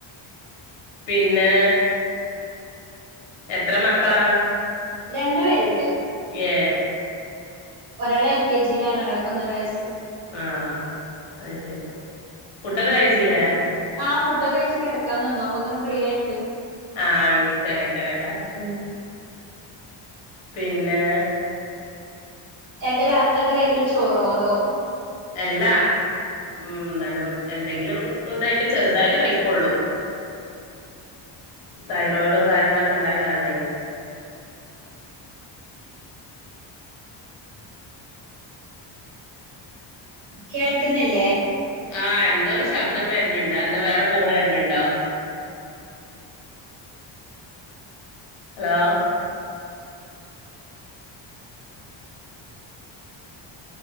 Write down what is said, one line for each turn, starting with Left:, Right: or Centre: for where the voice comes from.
Left: പിന്നെ എത്ര മക്കളാ
Right: രണ്ട് പേര്ണ്ട്
Left: ഏ
Right: ഒരാള് എൽ കെ ജി ജിയിലാണ് ഒരാൾക്ക് ഒന്നര വയസ്
Left: ആ അഅ് ശെരി ഫുഡൊക്കെ കഴിച്ചില്ലേ
Right: ആ ഫുഡൊക്കെ കഴിച്ച് കെടക്കാ നിന്നു അപ്പൊങ്ങനെ ഫ്രീ ആയപ്പേ
Left: ആ വിളിക്കണേക്കരല്ലേ
Right: ഉം
Left: പിന്നെ
Right: എന്താ രാത്രി എന്താ കൈക്കല് ചോറോ അതോ
Left: അല്ലാ ഉം എന്താണ് എന്തെങ്കിലും എന്താച്ച ചെറ്തായിട്ട് കഴിക്കൊള്ളൂ തൈറോയിഡും കാര്യങ്ങളൊക്കെ ണ്ടായ കാരണേ
Right: കേൾക്കുന്നില്ലേ
Left: ആ എന്തോ ഒരു ശബ്ദം വര്ണ് ണ്ട് എന്താ വേറെ കോൾ വര്ന്ന്ണ്ടോ ഹലോ